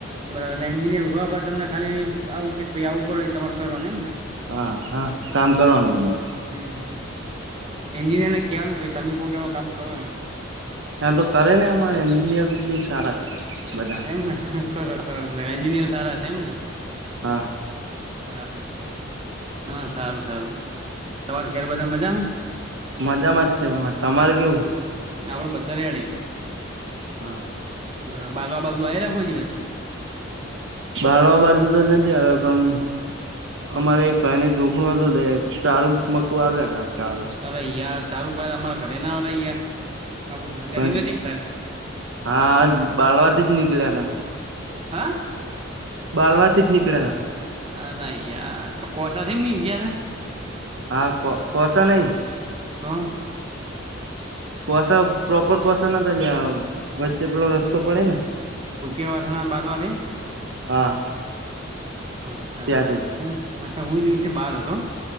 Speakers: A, on the right; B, on the right.
A: બરાબર એટલે એન્જિનિયર હોવા તમને ખાલી આવુ કઈ આવું કરો તમારે કરો ને એમ ને.
B: હા હા કામ કરવાનું અમા.
A: હમ્મ હમ્મ હામ એન્જિનિયર ને કહેવાનું ભાઈ તમે કોઈ દડો કામ કરો એમ.
B: એમ તો કરે ને એમાં એન્જિનિયર બી સારા છે બધા
A: એમને સરસ સરસ
B: હા
A: લે એન્જિનિયર સારા છે એમને.
B: હા.
A: બરાબર હા સારું સારું તમારે ખ્યાર બધા મજા માં.
B: મજામાં જ છે એ તમારે કેવું.
A: આપડે બધા રેયાડી.
B: હા.
A: બરાબર બાલ આ બાજુ આવેલા કોઈ દિવસ.
B: બાળવા બાજુ તો નથી આવે પણ અમારે એક ભાઈને જોખમું હતું તે ચારું મકું આવ્યા હતા ચારું.
A: અરે યાર સારું પાય અમારા ઘરે ના અવે અયાર આપડું ઘર તંની
B: પણ
A: નજીક થાય.
B: હા બાળવાથી જ નીકળ્યા હતા.
A: હા.
B: બાલવાથી જ નીકળ્યા હતા.
A: આલા યાર કોસાથી ની ગયા હતા.
B: હા કો કોશો નહીં.
A: તો
B: કોસા પ્રોપર કોસા ના તા જ વાચ જે પેલો રસ્તો પડે ને
A: ભૂતિયા વાસણા બાલવા થઈ
B: હા.
A: અચ્છા
B: ત્યાંથી
A: બરાબર હું અચ્છા હું દિવસે બાર હતો.